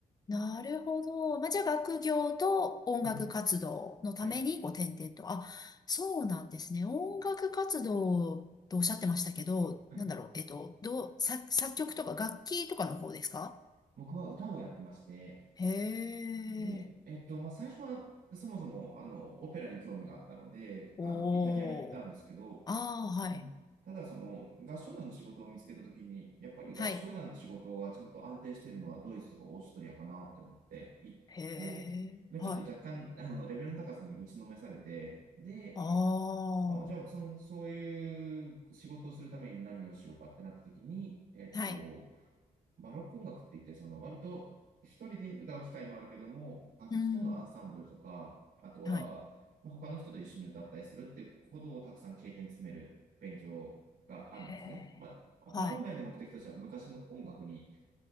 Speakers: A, on the left; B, on the right.
A: なるほど。まあ、じゃあ学業と音楽活動のためにご転々と。
B: はい。はい。
A: あ、そうなんですね。音楽活動とおっしゃってましたけど、
B: はい。
A: なんだろう、えっと、どう、作、作曲とか楽器とかの方ですか
B: 僕は歌をやってまして、
A: へえ、
B: で、えっと、まあ、最初は、そもそも、あの、オペラに興味があったので、
A: おー。
B: あの、イタリアに行ったんですけど、
A: ああ、はい。
B: うんただ、その合唱団の仕事を見つけたときに、やっぱり合唱団の仕事がちゃんと安定しているのはドイツとかオーストリアかなって思って行って、
A: はい。へえ、
B: まあちょっと若干あのレベルの高さに打ちのめされて、
A: はい。
B: で、
A: ああ、
B: あじゃあその、そういう仕事をするために何をしようかってなったときに、えっと、
A: はい。
B: バロック音楽って言って、その割と一人で歌う機会もあるけども、楽器とのアンサンブルとか、
A: うん、
B: あとは、
A: はい。
B: まあ、他の人と一緒に歌ったりするっていうことをたくさん経験詰める勉強があるんですね。
A: へえ、
B: まあ、
A: はい。
B: まあ、本来の目的としては昔の音楽に、